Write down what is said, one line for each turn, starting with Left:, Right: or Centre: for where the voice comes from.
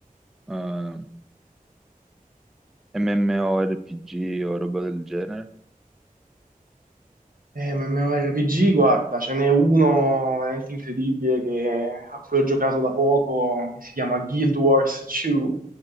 Centre: eh, MMORPG o roba del genere?
Right: Eh, ma MMORPG, guarda, ce n'è uno veramente incredibile che- a cui ho giocato da poco, che si chiama Guild Wars 2,